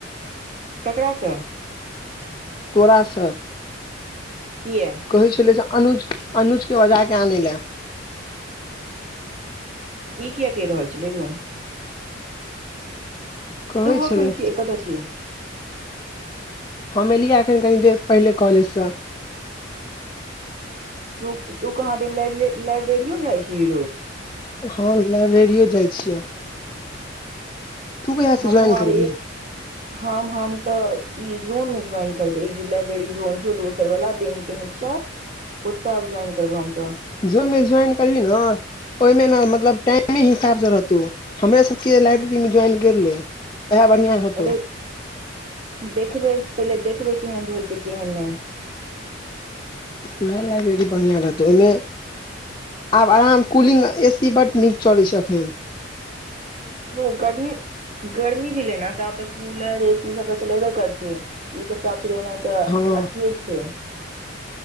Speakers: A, on the right; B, on the left.
A: ककरास
B: तोरास
A: की य
B: कहै छलै अनुज के बजा कऽ आनै ल
A: ई किया कहि रहल छलै र
B: कहै
A: तू व अखन
B: छलै
A: के कतऽ छ
B: हम एलियै एखन कनि देर पहिले कॉलेजस
A: तू तू कहाँ दिन लाइब्रेरियो जाइ छीही
B: हँ लाइब्रेरियों जाइ छियै तू कहिया
A: हमू
B: से ज्वाइन
A: आर
B: करबिही
A: हम हम तऽ ई जोन मे ज्वाइन करबे लाइब्रेरी जोन छौ दोसर वाला बैंक के नीच ओतऽ ज्वाइन करबै हम त
B: जोनमे ज्वइन करबी ओहिमे ने मतलब टाइमे हिसाब से रहतौ हमरे सबके लाइब्रेरी मे ज्वाइन कैर इएह बढ़िआँ रहत
A: अरे देखबै पहिले देखबै केहन रहै छैय केहन नै
B: वएह लाइब्रेरी बढ़िया रहतौ ओहिम आब आराम कूलिंग ए सी बड नीक चलै छैय एखै
A: ओ गर्म गर्मी भी लेना तऽ आब तऽ कूलर ए सी सब तऽ चलेबे करतेै ई सब तऽ आब चलेन तऽ
B: हँ
A: अथीए छै